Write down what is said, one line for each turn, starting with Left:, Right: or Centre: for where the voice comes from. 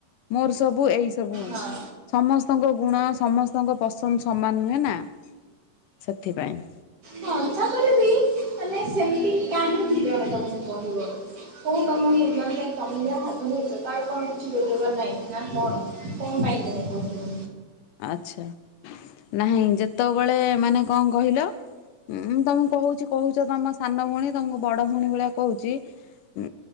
Left: ମୋର ସବୁ ଏଇ ସବୁ
Right: ହଁ
Left: ସମସ୍ତଙ୍କ ଗୁଣ ସମସ୍ତଙ୍କ ପସନ୍ଦ ସମାନ ନୁହେଁ ନା। ସେଥିପାଇଁ।
Right: ପଦ କରେ ବି ମାନେ ସେମିତି କାହିଁ ଜଣେ ତମକୁ କହିବ। ବୋଉ ତମ ନିର୍ମାଣ ନାହିଁ ତମେ ଯା ହାତ ଧରିଚ ତାରେ କଣ କିଛି ରୋଜଗାର ନାହିଁ ନା କଣ? କଁ ପାଇଁ ଜଣେ କହିଲେ।
Left: ଆଛା ନାହିଁ ଯେତେବେଳେ ମାନେ କଁ କହିଲ? ହୁଁଁ ତମକୁ କହୁଛି କହୁଛ ତମ ସାନ ଭଉଣୀ ତମକୁ ବଡ ଭଉଣୀ ଭଳିଆ କହୁଛି। ଉଁ